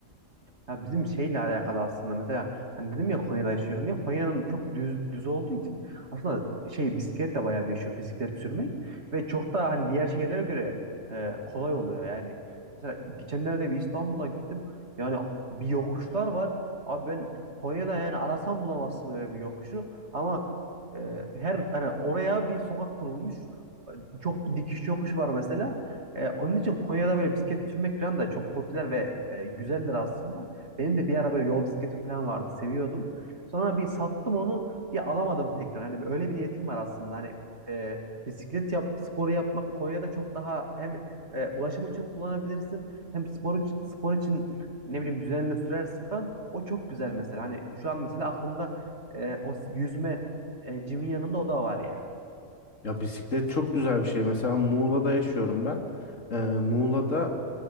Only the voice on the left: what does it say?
Ya bisiklet çok güzel bir şey. Mesela Muğla'da yaşıyorum ben. Ee, Muğla'da